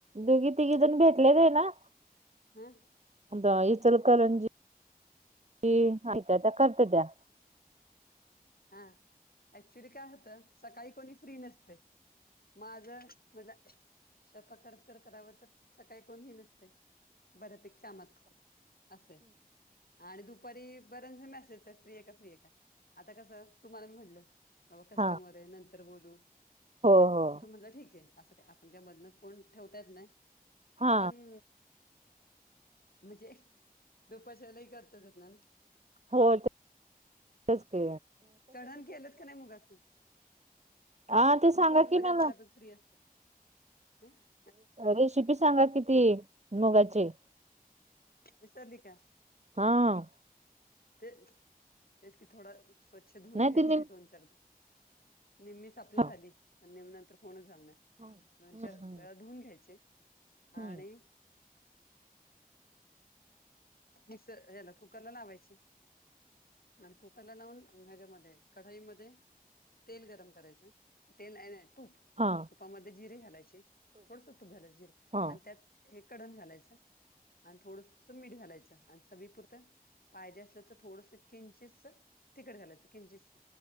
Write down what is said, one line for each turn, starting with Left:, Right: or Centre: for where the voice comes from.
Right: दोघी -तिघी जण भेटलेत आहे ना
Left: हा,
Right: कोणतं इचलकरंजी अन् त्या -त्या करत्या त्या.
Left: हा, ऍक्च्युली काय होतं सकाळी कोणी फ्री नसतं. माझं म्हटलं स्वयंपाक करता -करता करावं तर सकाळी कोणही नसतय. बऱ्यापेैकीा आमात असेल, आणि दुपारी बरेच मॅसेज येता तर फ्री ये का? फ्री ये का आता कसं तुम्हाला मी म्हणलं अं कस्टमर
Right: हा
Left: ये नंतर बोलू,
Right: हो
Left: असं
Right: हो
Left: तुम्ही म्हणला ठीक ये असं काय <unintelligible> फोन ठेवता येत नाही
Right: हा
Left: पण म्हणजे दुपारच्यालाही करतातेत ना
Right: हो तेच कि
Left: चढण केलंच का नाही मुगाची, अस
Right: हा ते सांगा
Left: दुपाचं
Right: की
Left: सगळ
Right: मला
Left: बऱ्यापेक्षा फ्री असते हं
Right: रेशिपी सांगा कि ती मुगाची
Left: विकली का?
Right: हा,
Left: ते तेच की थैडं स्वच्छ धुऊून
Right: नाही
Left: घ्यायचे
Right: ति नेम
Left: दोन चार धा नेहमीच आपली
Right: हा
Left: झाली आणि नेहमी नंतर फोनच झाला नाय.
Right: हम्म
Left: दोनच्या
Right: हम्म
Left: वेळा धुऊून घ्यायचे
Right: हम्म
Left: आणि मिक्सला ह्याला कुकर ला लावायचे. आणि कुकरला लावून त्याचा मध्ये कढाईमध्ये तेल गरम करायचं तेल आहे नाही तूप
Right: हा
Left: तुपामध्ये जिरे घालायचे थोडस तूप घालायचे जिरे
Right: हा
Left: आणि त्यात हे कढण घालायचं आणि थोड मीठ घालायचं आणि चवी पुुरत पायज्या तर तर थोडस किंचस तिकट घालायचं किंचस